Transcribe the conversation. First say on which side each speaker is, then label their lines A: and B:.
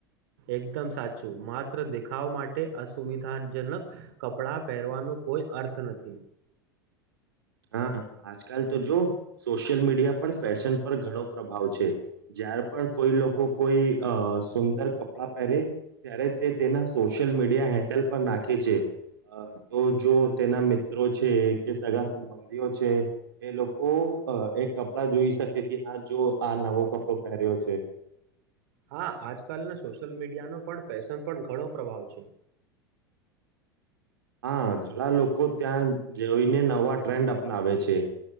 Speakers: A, on the right (about 65°); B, on the right (about 80°).
A: એકદમ સાચું માત્ર દેખાવ માટે અસુવિધાજનક કપડા પહેરવાનું કોઈ અર્થ નથી
B: હા, આજકાલ તો જો સોશિયલ મીડિયા પર ફેશન પર ઘણો પ્રભાવ છે. જ્યારે પણ કોઈ લોકો કોઈ અ સુંદર કપડાં પહેરે, ત્યારે તે તેના સોશિયલ મીડિયા હેન્ડલ પર નાખે છે. અ તો જો તેના મિત્રો છે કે સગા સંબંધીઓ છે, એ લોકો એક કપડાં જોઈ શકી કે, હા, જો આ નવો કપડો પહેર્યો છે.
A: હા, આજકાલના સોશિયલ મીડિયાનો પણ ફેશન પણ ઘણો પ્રભાવ છે.
B: હા, ઘણા લોકો ત્યાં જઈને નવા ટ્રેન્ડ અપનાવે છે‌.